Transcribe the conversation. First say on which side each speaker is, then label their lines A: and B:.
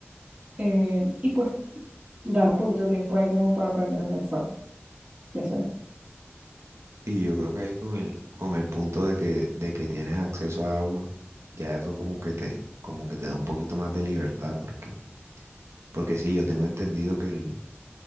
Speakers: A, on the right; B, on the right.
A: Eh, y pues ganar un poquito de tiempo ahí como para aprender a hacer fuego. Ya sabes.
B: Y yo creo que ahí con el, con el punto de que, de que tienes acceso a agua, ya eso como que te, como que te da un poquito más de libertad, porque, porque sí, yo tengo entendido que el,